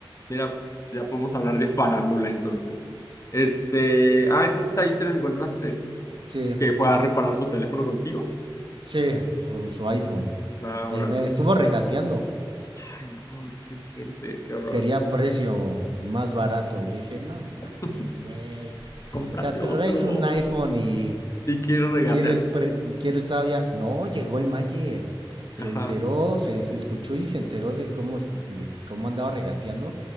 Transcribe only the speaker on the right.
Sí,
sí, su, su iPhone.
Y
me estuvo regateando.
Quería precio más barato. Y le dije, no mames,
güey. O
sea, traéis
un iPhone y
¿Quieres, pre- ¿Quieres todavía? No, llegó el Mayer. Se
enteró, se es- escuchó y se enteró de cómo, es- de cómo andaba regateando.